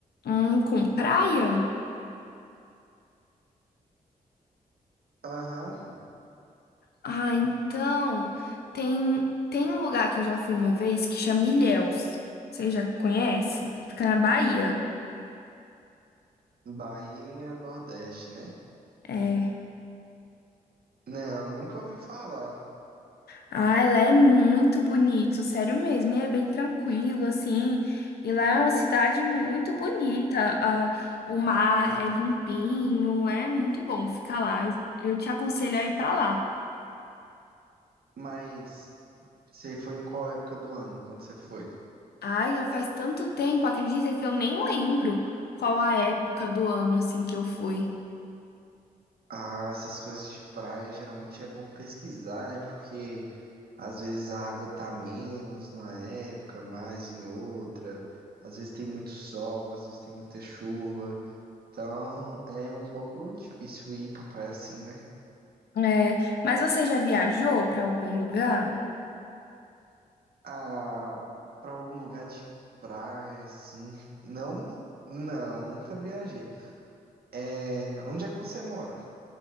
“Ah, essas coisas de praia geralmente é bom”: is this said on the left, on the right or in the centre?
Right